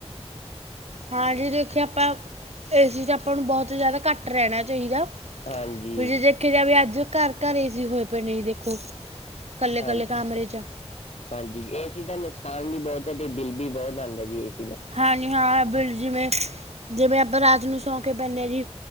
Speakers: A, on the right (about 75°); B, on the left (about 75°).
A: ਹਾਂਜੀ ਦੇਖੀਏ ਆਪਾਂ ਏਸੀ 'ਚ ਆਪਾਂ ਨੂੰ ਬਹੁਤ ਜ਼ਿਆਦਾ ਘੱਟ ਰਹਿਣਾ ਚਾਹੀਦਾ।
B: ਹਾਂਜੀ
A: ਵੀ, ਜੇ ਦੇਖਿਆ ਜਾ ਵੇ ਅੱਜ, ਘਰ- ਘਰ ਏ ਸੀ ਹੋਏ ਪਏ ਨੇ ਜੀ ਦੇਖੋ। ਕੱਲੇ
B: ਹਾਂਜੀ,
A: ਕੱਲੇ ਕਮਰੇ 'ਚ
B: ਹਾਂਜੀ। ਇਹ ਚੀਜ਼ ਦਾ ਨੁਕਸਾਨ- ਾਨ ਵੀ ਬਹੁਤ ਹੈ। ਤੇ ਬਿੱਲ ਵੀ, ਬਹੁਤ ਆਉਂਦਾ ਜੀ। ਇਸ-
A: ਹਾਂਜੀ, ਹਾਂ। ਬ ਜਿਵੇਂ, ਜਿਵੇਂ, ਆਪਾਂ ਰਾਤ ਨੂੰ ਸੌਂ ਕੇ ਪੈਂਦੇ ਹ ਜੀ।